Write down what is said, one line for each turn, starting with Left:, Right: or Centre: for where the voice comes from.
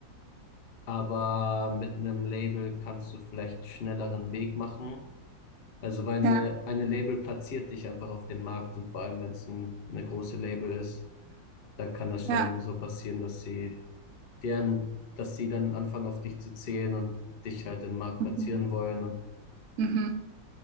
Left: aber mit einem Label kannst du vielleicht schnelleren Weg machen Also weil
Right: ja,
Left: eine, eine Label platziert dich einfach auf dem Markt und vor allem, wenn es ein, eine große Label ist, dann kann das schon
Right: ja.
Left: so passieren, dass sie deren, dass sie dann anfangen auf dich zu zählen und dich halt im Markt
Right: Mhm.
Left: platzieren wollen und,
Right: Mhm.